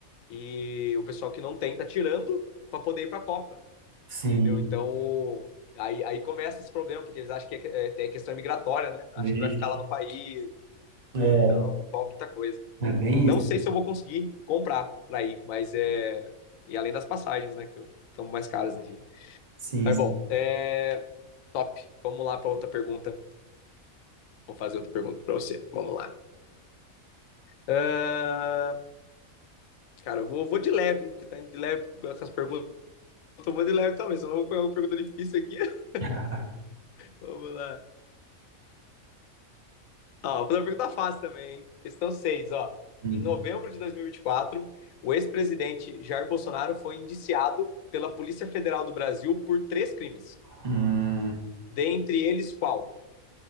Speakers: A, on the left; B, on the right.
A: e o pessoal que não tem tá tirando pra poder ir pra Copa.
B: Sim.
A: Entendeu? Então, aí, aí começa esse problema, porque eles acham que é, é questão migratória, né? Acham
B: Vixe.
A: que vai ficar lá no país,
B: É,
A: então envolve muita coisa.
B: é bem
A: Não
B: isso.
A: sei se eu vou conseguir comprar para ir, mas é. E além das passagens, né? Que estão mais caras, enfim.
B: Sim,
A: Mas
B: sim.
A: bom, é. Top. Vamos lá para outra pergunta. Vou fazer outra pergunta para você. Vamos lá. Ah, Cara, eu vou, vou de leve, hein, porque tá de leve com as perguntas. Eu vou de leve também, senão eu vou pegar uma pergunta difícil aqui. <laughs>
B: <laughs>
A: Vamos lá. Ó, vou fazer uma pergunta fácil também. hein? Questão 6, ó.
B: Hum.
A: Em novembro de 2024, o ex-presidente Jair Bolsonaro foi indiciado pela Polícia Federal do Brasil por três crimes.
B: Hum.
A: Dentre eles, qual?